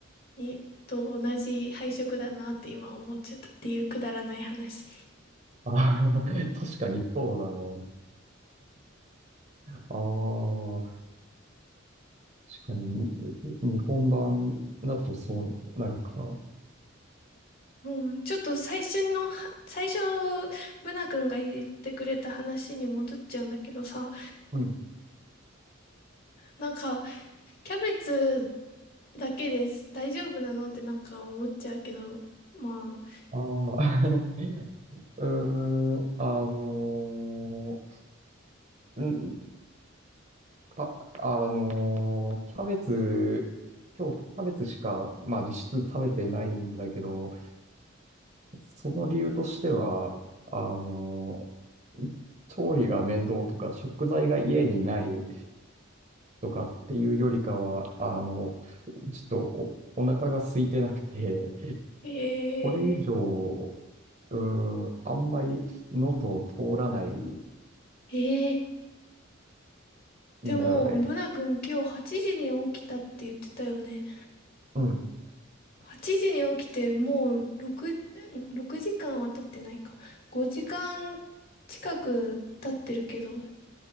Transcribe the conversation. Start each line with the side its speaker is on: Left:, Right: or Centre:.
Left: に、と同じ配色だなって今思っちゃったっていうくだらない話。
Right: あー <laughs> 確かにそうだね。ああ、確かに、に日本版だとそうなるかな。
Left: うん、ちょっと最初の最初、ブナ君が言ってくれた話に戻っちゃうんだけどさ、
Right: うん。
Left: なんか、キャベツだけで大丈夫なのってなんか思っちゃうけど、まあ、
Right: ああ、<laughs> うーん、あのーんか、あのーキャベツ、今日キャベツしか、まあ実質食べてないんだけど、その理由としては、あのー調理が面倒とか、食材が家にないとかっていうよりかは、あの、ちょっとお、お腹が空いてなくて、
Left: え
Right: これ以上、うん、あんまり喉を通らないん
Left: ー、えー、でも、
Right: だよね。
Left: ブナ君今日8時に起きたって言ってたよね。
Right: うん。
Left: 8時に起きてもう6、6時間は経ってないか。5時間近く経ってるけど、